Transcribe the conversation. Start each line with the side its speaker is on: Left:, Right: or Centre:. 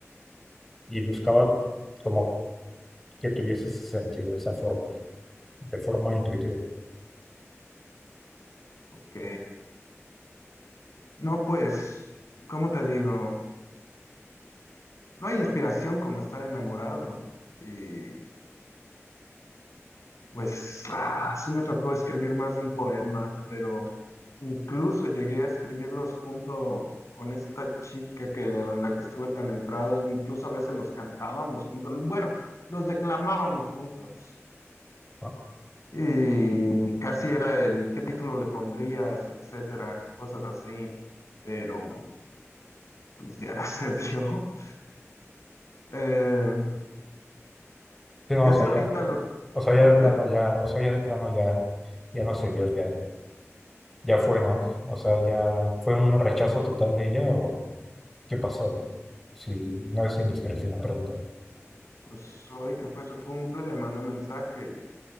Centre: Y buscaba como que tuviese ese sentido, esa forma, de forma intuitiva.
Left: Ok. No, pues, ¿cómo te digo? No hay inspiración como estar enamorado. Y Pues ah, sí me tocó escribir más de un poema, pero incluso llegué a escribirlos junto con esta chica que, en la que estuve tan entrado, incluso a veces los cantábamos juntos, bueno, los declamábamos juntos.
Centre: ¿no?
Left: Y casi era el qué título le pondrías, etcétera, cosas así, pero pues ya no <laughs> se dio. Eh,
Centre: Sí, no,
Left: casi
Centre: o sea,
Left: ahorita
Centre: ya,
Left: lo
Centre: o sea,
Left: mandé,
Centre: ya de plano, ya, o sea, ya de plano, ya, ya no se vio ya. Ya fue, ¿no? O sea, ya fue un rechazo total de ella o qué pasó. Si no es indiscreción preguntar.
Left: pues hoy que fue su cumple, le mandé mensaje